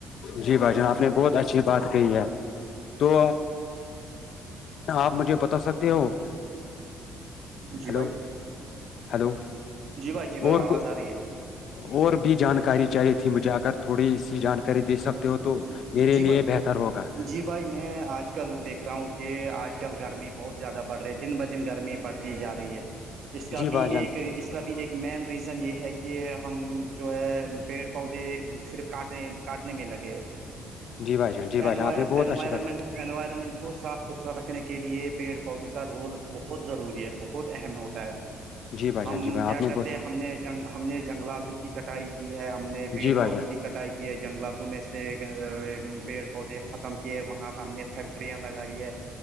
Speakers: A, on the left; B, on the right.
A: جی بھائی جان آپ نے بہت اچھی بات کہی ہے تو آپ مجھے بتا سکتے ہو
B: جی
A: ہلو
B: بھائی
A: ہلو
B: جی بھائی جی بھائی
A: اور
B: آواز آ رہی ہے
A: اور بھی جانکاری چاہیے تھی مجھے اگر تھوڑی سی جان کر دے سکتے ہو تو
B: ہے
A: میرے
B: جی
A: لیے
B: بھائی
A: بہتر ہوگا
B: جی بھائی میں آج کل دیکھ رہا ہوں کہ آج کل گرمی بہت زیادہ بڑ رہی ہے دن دن گرمی بڑھ جا رہی ہے اس کا
A: جی بھائی
B: بھی
A: جان
B: ایک اس کا بھی ایک مین ریزن یہ ہے کہ ہم جو ہے پیڑ پودے صرف کاٹیں کاٹنے میں لگےروائرمنٹ
A: جی بھائی جان جی بھائی جان آپ نے بہت اچھی بات
B: انوائرمنٹ کو صاف ستھرا رکھنے کے لیے پیڑ پودوں کا رول بہت ضروری ہے بہت اہم ہوتا ہے
A: جی بھائی
B: ہم
A: جان جی بھائی
B: کیا
A: آپ نے
B: کرتے
A: بہت
B: ہم نے جنگ ہم نے جنگلاتوں کی کٹائی کی ہے ہم نے پیڑ
A: جی بھائی
B: پودوں
A: جان
B: کی کٹائی کی ہے جنگلاتوں میں سے پیڑ پودے ختم کیے وہاں پہ ہم نے فیکٹریاں لگائی ہے